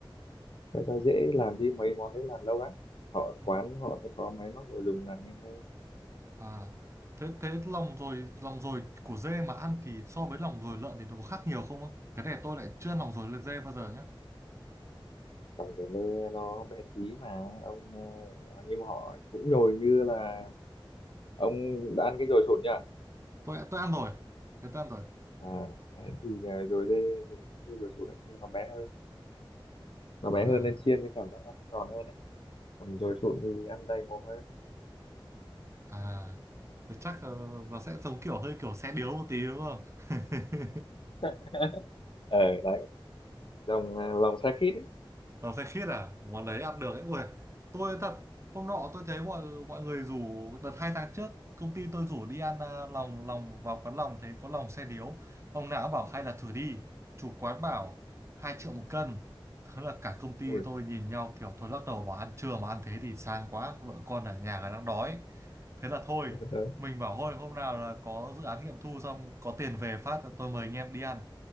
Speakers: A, on the left; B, on the right.
A: cho, cho dễ làm đi mấy món đấy làm lâu lắm họ
B: à,
A: quán họ sẽ có máy móc đồ dùng làm nhanh hơn
B: à. Thế thế lòng rồi lòng rồi của dê mà ăn thì so với lòng rồi lợn thì nó có khác nhiều không không? Cái này tôi lại chưa ăn lòng rồi dê bao giờ nhé.
A: lòng dồi lê nó bé tí mà ông à, nhưng mà họ cũng nhồi như là ông đã ăn cái dồi sụn nhỉ
B: Tôi tôi ăn rồi. Thế tôi ăn rồi.
A: à, đấy, thì à, rồi dê thì khi dồi sụn ấy, nhưng nó bé hơn nó bé
B: À
A: hơn nên chiên thì cảm giác ăn giòn hơn đấy còn rồi sụn thì ăn đầy mồm hơn
B: à. Thế chắc ờ, nó sẽ giống kiểu hơi kiểu xe điếu một tí đúng không? <laughs>
A: <laughs> ờ đấy lòng à, lòng xe khít ấy
B: nó phê khiết à? Món đấy ăn được ấy. Ui, tôi thật, hôm nọ tôi thấy mọi mọi người rủ, đợt hai tháng trước, công ty tôi rủ đi ăn à, lòng, lòng, vào quán lòng, thấy có lòng xe điếu. Ông nào cũng bảo hay là thử đi. Chủ quán bảo hai triệu một cân. Thế là cả công ty
A: ui
B: tôi nhìn nhau kiểu thôi lắc đầu bảo ăn trưa mà ăn thế thì sang quá, vợ con ở nhà đang đói. Thế là thôi,
A: đấy.
B: mình bảo thôi hôm nào là có dự án nghiệm thu xong, có tiền về phát là tôi mời anh em đi ăn